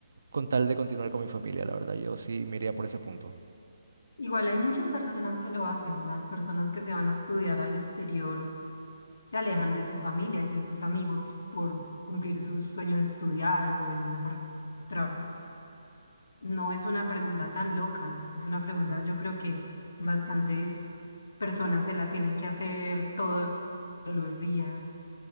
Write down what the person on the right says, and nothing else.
con tal de continuar con mi familia, la verdad. Yo sí me iría por ese punto.